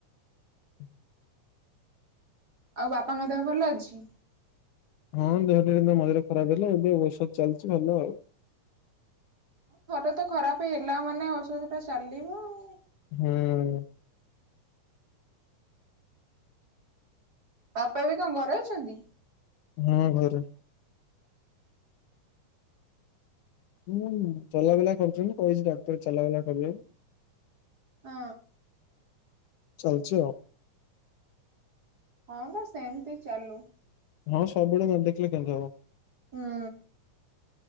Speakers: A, on the left (about 75°); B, on the right (about 30°).
A: <inaudible>
B: ଆଉ ବାପାଙ୍କ ଦେହ ଭଲ ଅଛି।
A: ହଁ ଦେହଟା ମଝିରେ ଖରାପ ହେଲା। ଏବେ ଔଷଧ ଚାଲିଛି ଭଲ ଆଉ।
B: ଥରେ ତ ଖରାପ ହେଲା ମାନେ ଔଷଧ ଟା ଚାଲିବ ଆଉ।
A: ହୁଁ।
B: ବାପା ବି କଣ ଘରେ ଅଛନ୍ତି?
A: ହୁଁ ଘରେ। ହୁଁ ଚଲାବୁଲା କରୁଛନ୍ତି କହିଛି ଡାକ୍ତର ଚଲାବୁଲା କରିବେ।
B: ଅ
A: ଚାକିଛି ଆଉ।
B: ହଁ ବା ସେମତି ଚାଲୁ।
A: ହଁ ସବୁବେଳେ ନ ଦେଖିଲେ କେମିତି ହବ।
B: ହୁଁ।